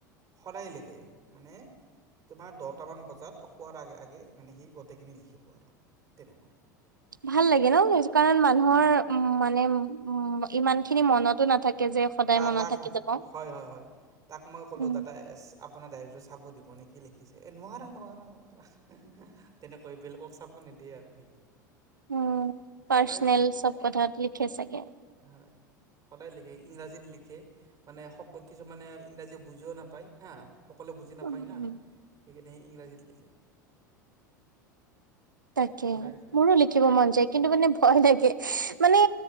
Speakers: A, on the right (about 35°); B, on the right (about 85°).
A: সদায় লিখে। মানে তোমাৰ দহটামান বজাত শুৱাৰ আগে-আগে মানে সি গোটেইখিনি লিখিব আৰু, তেনেকুৱা।
B: ভাল লাগে ন' সেইজো কাৰণ মানুহৰ মানে উম ইমানখিনি মনতো নাথাকে যে, সদায়
A: তা
B: মনত
A: তাক
B: থাকি যাব।
A: হয় হয় হয় তাক মই ক'লোঁ
B: উম।
A: দাদা আপোনাৰ ডায়েৰীটো চাব দিব নে? কি লিখিছে? এ নোৱাৰা - নোৱাৰা - নোৱাৰা। তেনেকৈ, বেলেগক চাব নে দিয়ে আৰু সি।
B: উম,
A: সদায়
B: পাৰ্চনেল চব কথাত লিখে চাগে।
A: হয়। সদায় লিখে, ইংৰাজীত লিখে। মানে শকত কিছুমানে ইংৰাজী বুজ য নাপায় হা। সকলোৱে বুজি নাপায়
B: উম
A: না সেইকাৰণে ইংৰাজীত লিখে
B: তাকে
A: ডাই
B: মোৰো লিখিব মন যায় কিন্তু মানে হয় থাকে মানে